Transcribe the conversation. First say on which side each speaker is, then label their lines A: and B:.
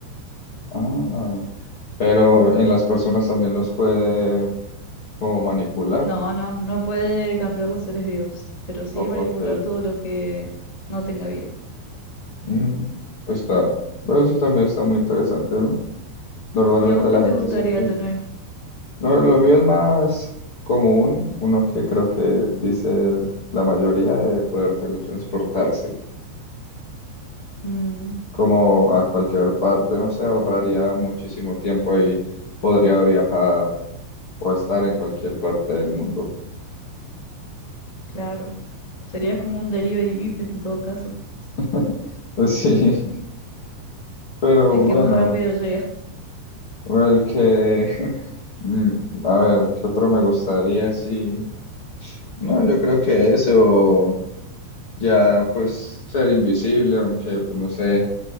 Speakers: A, on the left (about 40°); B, on the left (about 20°).
A: Ah, pero en las personas también los puede como manipular.
B: No, no, no puede cambiar los seres vivos, pero sí
A: Ok.
B: manipular todo lo que no tenga vida.
A: Mm, está, bueno, eso también está muy interesante, ¿no? Normalmente
B: ¿Y a vos qué
A: la
B: te
A: gente
B: gustaría
A: siempre,
B: tener?
A: no, lo mío es más común, uno que creo que dice la mayoría de poder teletransportarse,
B: Mm,
A: como a cualquier parte, no sé, ahorraría muchísimo tiempo y podría viajar o estar en cualquier parte del mundo.
B: claro. Serías como un delivery VIP en todo caso.
A: <laughs> Sí, pero
B: El
A: bueno,
B: que más rápido llega.
A: el que, <laughs> mm, a ver, ¿qué otro me gustaría? Sí. No, yo creo que eso, ya pues ser invisible, aunque pues no sé,